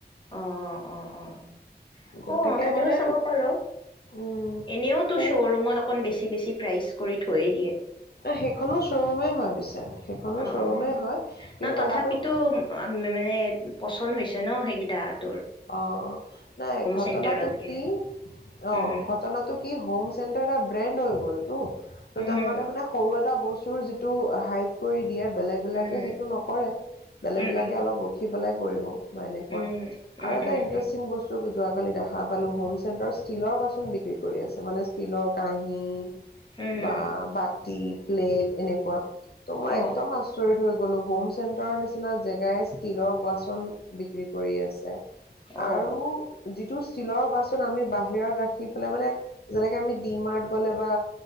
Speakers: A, on the left; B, on the left.
A: অ' অ' অ'
B: গতিকে
A: অ'। অ' তাতেও
B: মানে
A: চাব পাৰ
B: উম
A: এনেওতো
B: সেই
A: শ্ব'ৰুমত অকন বেছি বেছি প্ৰাইজ কৰি থৈয়ে দিয়ে।
B: সেইখনো চ্বৰুমে হয় পিছে। সেইখনো
A: অ
B: শ্বৰুমেই
A: অ অ
B: হয় কিন্তু
A: ন তথাপিতো
B: কথাটো
A: মানে পচন্দ হৈছে ন সেইকেইটাত?
B: অ' নাই ঘটনাটো
A: চেণ্টাৰতকে
B: কি অ'
A: উম হুম
B: ঘটনাটো কি হোম চেণ্টাৰ ব্ৰেণ্ড হয় গ'ল তো। ত
A: উম
B: তাহাঁতে
A: হুম
B: মানে সৰু এটা বস্তু মোৰ যিটো হাইক কৰি দিয়ে বেলেগ বিলাকে
A: উম
B: সেইটো নকৰে বেলেগ
A: উম
B: বিলাকে
A: উম
B: অলপ ৰখি পেলাই কৰিব বা এনেকুৱা
A: উম,
B: আৰু
A: উম,
B: এটা
A: উম,
B: ইন্টেৰেষ্টিং
A: উম,
B: বস্তু যোৱাকালি দেখা পালো হোম চেণ্টাৰত ষ্টীলৰ বাচন বিক্ৰী কৰি আছে মানে ষ্টীলৰ কাঁহী
A: উম, হুম,
B: বা বাটি প্লেট এনেকুৱা ত মই
A: অ',
B: একদম আচৰিত থৈ গ'লো হোম চেণ্টাৰৰ নিচিনা জেগাই ষ্টীলৰ বাচন বিক্ৰী কৰি আছে আৰু
A: অ',
B: যিটো ষ্টীলৰ বাচন আমি বাহিৰত ৰাখি পেলাই মানে যেনেকে আমি ডি মাৰত গলে বা